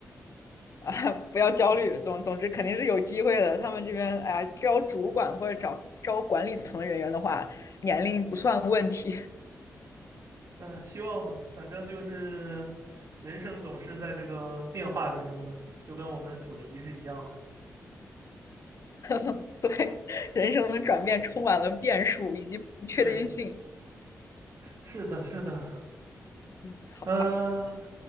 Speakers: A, on the left; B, on the right.
A: 啊！不要焦虑，总总之肯定是有机会的。他们这边哎呀，招主管或者找招管理层的人员的话，年龄不算问题。
B: 哎，希望吧，反正就是人生总是在这个变化之中的，就跟我们主题是一样的。
A: <laughs> 对，人生的转变充满了变数以及不确定性。
B: 对，是的，是的，
A: 嗯，好吧。
B: 呃，